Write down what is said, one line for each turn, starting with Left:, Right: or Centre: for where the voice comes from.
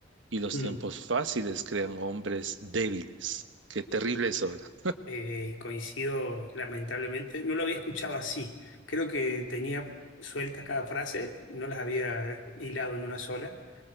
Right: y los
Left: Mm.
Right: tiempos fáciles crean hombres débiles. Qué terrible eso, ¿verdad?
Left: Eh, coincido, lamentablemente. No lo había escuchado así. Creo que tenía sueltas cada frase, no las había hilado en una sola.